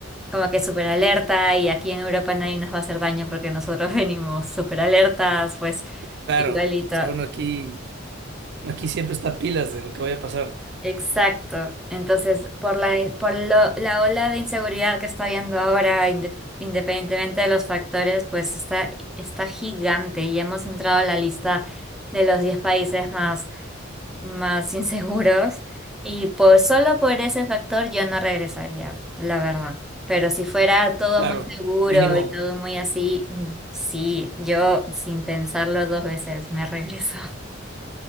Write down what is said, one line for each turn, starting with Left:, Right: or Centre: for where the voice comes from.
Centre: como que súper alerta y aquí en Europa nadie nos va a hacer daño porque nosotros <laughs> venimos súper alertas, pues
Right: Claro,
Centre: igualito.
Right: o sea, uno aquí, uno aquí siempre está pilas de lo que vaya a pasar.
Centre: Exacto. Entonces, por la, in- por lo- la ola de inseguridad que está habiendo ahora, inde- independientemente de los factores, pues está, está gigante y hemos entrado a la lista de los 10 países más, más <laughs> inseguros. Y por, solo por ese factor yo no regresaría, la verdad. Pero si fuera todo
Right: Claro,
Centre: muy seguro
Right: mínimo.
Centre: y todo muy
Right: <laughs>
Centre: así, mm, sí, yo sin pensarlo dos veces me regreso.